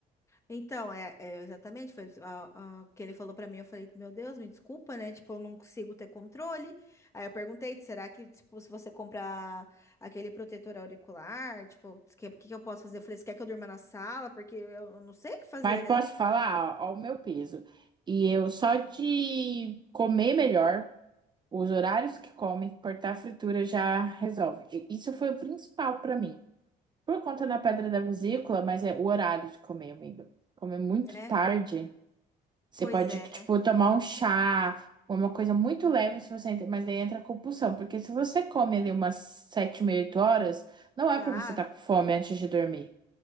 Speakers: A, on the left (about 15°); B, on the right (about 25°).
A: Então, é, é exatamente, foi a- a- o que ele falou pra mim, eu falei, meu Deus, me desculpa, né? Tipo, eu não consigo ter controle. Aí eu perguntei, será que, tipo, se você comprar aquele protetor auricular, tipo, o que, que eu posso fazer? Eu falei, você quer que eu durma na sala? Porque eu, eu não sei o que fazer,
B: Mas
A: né?
B: posso falar, ó, ó o meu peso. E eu só de comer melhor. Os horários que come, cortar a fritura já resolve. E Isso foi o principal pra mim. Por conta da pedra
A: E-
B: da vesícula, mas é o horário de comer, amigo. Comer muito
A: é,
B: tarde, você
A: pois
B: pode,
A: é,
B: tipo,
A: né?
B: tomar um chá, uma coisa muito leve, se você entra, mas daí entra a compulsão. Porque se você come ali umas sete, meia, oito horas, não é
A: Ah,
B: pra você estar com fome antes de dormir.